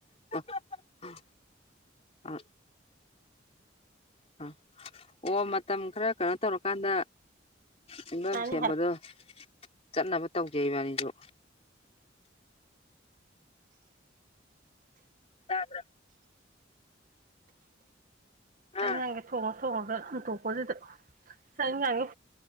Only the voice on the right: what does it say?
ꯀꯥꯅꯤ
ꯍꯥꯏ
ꯊꯉ ꯊꯣꯡꯉꯒ ꯍꯨꯟꯇꯣꯛꯄꯁꯤꯗ ꯆꯥꯡꯦꯉ